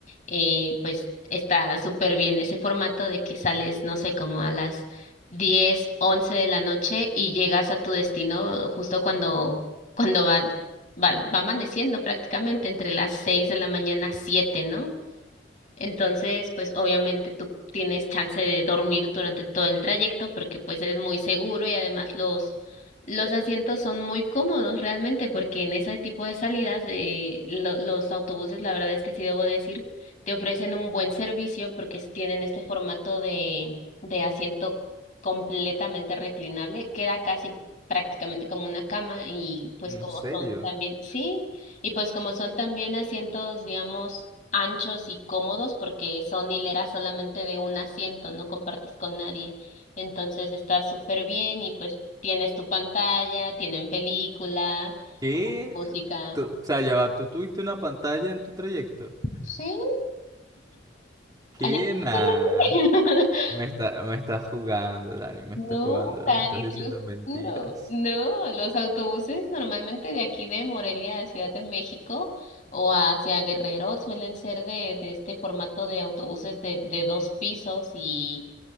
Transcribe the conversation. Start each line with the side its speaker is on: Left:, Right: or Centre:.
Left: eh, pues está súper bien ese formato de que sales, no sé, como a las diez once de la noche y llegas a tu destino justo cuando, cuando va, va, va amaneciendo prácticamente entre las 6 de la mañana siete ¿no? Entonces, pues obviamente tú tienes chance de dormir durante todo el trayecto porque pues es muy seguro y además los los asientos son muy cómodos realmente porque en ese tipo de salidas eh, lo- los autobuses, la verdad es que sí debo decir, te ofrecen un buen servicio porque s- tienen este formato de de asiento completamente reclinable, queda casi prácticamente como una cama y pues
Right: ¿En
Left: como
Right: serio?
Left: son también, sí. Y pues como son también asientos, digamos, anchos y cómodos, porque son hileras solamente de un asiento, no compartes con nadie. Entonces está súper bien y pues tienes tu pantalla, tienen películas,
Right: ¿Qué?
Left: música.
Right: Tú- o sea, ya va, ¿tú tuviste una pantalla en tu trayecto?
Left: Sí,
Right: ¿Qué?
Left: Allá no
Right: Nah.
Left: funciona así. <laughs>
Right: Me está, me estás jugando, Dani, me
Left: No,
Right: estás jugando,
Left: Dani,
Right: me estás diciendo
Left: te lo
Right: mentiras.
Left: juro. No, los autobuses normalmente de aquí de Morelia a Ciudad de México o hacia Guerrero suelen ser de, de este formato de autobuses de, de dos pisos y,